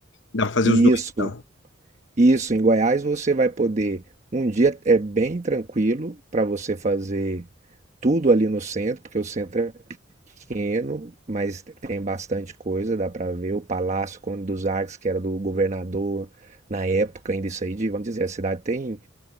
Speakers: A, on the left (about 60°); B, on the right (about 35°).
A: Dá para fazer
B: Isso,
A: os dois, então,
B: isso. Em Goiás você vai poder. Um dia é bem tranquilo para você fazer tudo ali no centro, porque o centro é pequeno, mas tem bastante coisa. Dá para ver o Palácio Conde dos Arcos, que era do governador na época, ainda isso aí, de, vamos dizer, a cidade tem